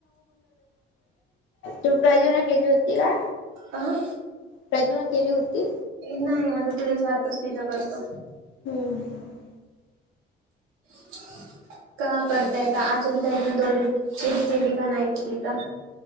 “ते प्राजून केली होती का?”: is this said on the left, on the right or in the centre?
Left